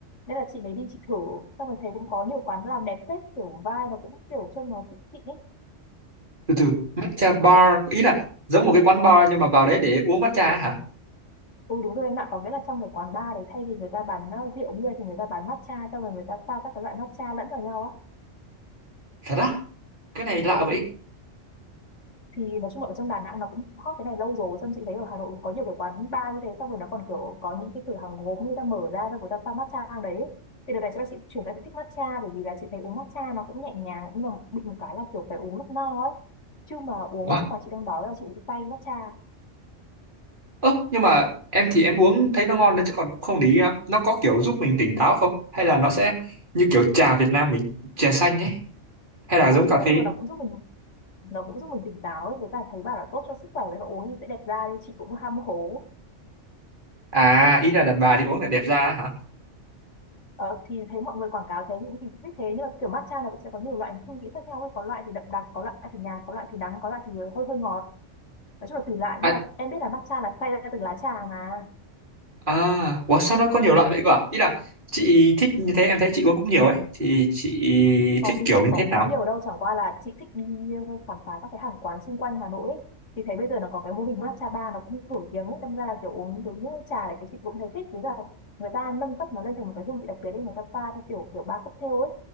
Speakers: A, on the left; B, on the right.
A: nên là chị mới đi chị thử xong rồi thấy cũng có nhiều quán làm đẹp phết kiểu vibe nó cũng kiểu trông nó xịn xịn ấy
B: từ từ matcha bar ý là giống một cái quán bar nhưng mà vào đấy để uống matcha á hả
A: ừ đúng rồi em ạ có nghĩa là trong cái quán bar đấy thay vì người ta bán ờ, rượu bia thì người ta bán matcha xong rồi người ta pha các cái loại matcha lẫn vào nhau á
B: thật á cái này lạ
A: ừ
B: vậy
A: thì nói chung là ở trong Đà Nẵng nó cũng hot cái này lâu rồi xong chị thấy ở Hà Nội cũng có nhiều cái quán bar như thế xong rồi nó còn kiểu có những cái cửa hàng gốm người ta mở ra và người ta pha matcha trong đấy thì đợt này chắc là chị chuyển sang chị thích matcha bởi vì là chị thấy uống matcha nó cũng nhẹ nhàng nhưng mà bị một cái là kiểu phải uống lúc no ấy chứ mà uống
B: wow.
A: lúc mà chị đang đói là chị bị say matcha
B: ơ nhưng mà em thì em uống thấy nó ngon đấy chứ còn cũng không để ý lắm nó có kiểu giúp mình tỉnh táo không hay là nó sẽ như kiểu trà Việt Nam mình trà xanh ấy hay là
A: ừ
B: giống cà
A: thì nói
B: phê
A: chung là nó cũng giúp mình nó cũng giúp mình tỉnh táo ấy với cả thấy bảo là tốt cho sức khỏe và uống thì sẽ đẹp da đi chị cũng ham hố
B: à ý là đàn bà thì uống lại đẹp da á hả
A: Ờ, thì thấy mọi người quảng cáo thế những thì biết thế nhưng mà kiểu matcha nó cũng sẽ có nhiều loại hương vị khác nhau ấy. có loại thì đậm đặc có loại thì nhạt có loại thì đắng có loại thì hơi hơi ngọt nói chung là tùy loại
B: à,
A: nhưng mà em biết là matcha là xay ra từ lá trà mà
B: à ủa sao nó có nhiều loại vậy cơ à? ý là chị thích như thế em thấy chị uống cũng nhiều ấy thì chị
A: Không,
B: thích kiểu
A: chị
B: như
A: có
B: thế
A: uống
B: nào
A: nhiều đâu, chẳng qua là chị thích đi ờ, khám phá các cái hàng quán xung quanh Hà Nội ấy. Thì thấy bây giờ nó có cái mô hình matcha bar nó cũng nổi tiếng ấy, đâm ra là kiểu uống kiểu như trà đấy chị cũng thấy thích. Với cả người ta nâng cấp nó lên thành một cái hương vị đặc biệt ấy, người ta pha theo kiểu kiểu ba cocktail ấy.